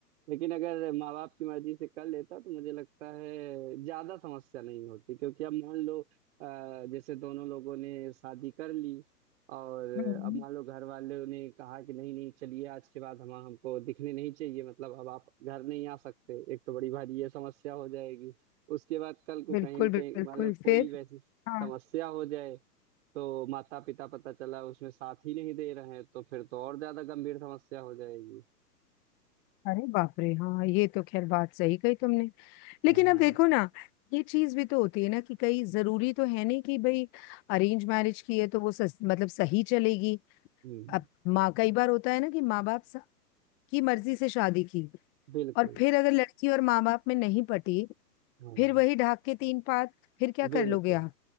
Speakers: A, on the right; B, on the left.
A: लेकिन अगर माँ बाप की मर्जी से कर लेता तो मुझे लगता है ज्यादा समस्या नहीं होती क्योंकि अब मान लो अ, जैसे दोनों लोगों ने शादी कर ली और
B: हम्म
A: अब मान लो घर वालों ने कहा कि नहीं नहीं चलिए आज के बाद हम हमको दिखने नहीं चाहिए मतलब अब आप घर नहीं आ सकते एक तो बड़ी भारी ये समस्या हो जाएगी उसके बाद कल को
B: बिल्कुल
A: कहीं ना कहीं
B: बिल्कुल
A: मतलब कोई
B: फिर
A: वैसी
B: हाँ
A: समस्या हो जाए तो माता पिता पता चला उसमें साथ ही नहीं दे रहे हैं तो फिर तो और ज्यादा गंभीर समस्या हो जाएगी
B: अरे बाप रे हाँ ये तो खैर बात सही कही तुमने लेकिन
A: हाँ
B: अब देखो ना ये चीज भी तो होती है ना कि कई जरूरी तो है नहीं कि भाई अरेंज मैरिज की है तो वो सस, मतलब सही चलेगी
A: हम्म,
B: अब माँ कई बार होता है ना कि माँ बाप स- की मर्जी से शादी की
A: बिल्कुल
B: और फिर अगर लड़की और माँ बाप में नहीं पटी
A: हाँ
B: फिर वही ढाक के तीन पात फिर क्या कर
A: बिल्कुल
B: लोगे आप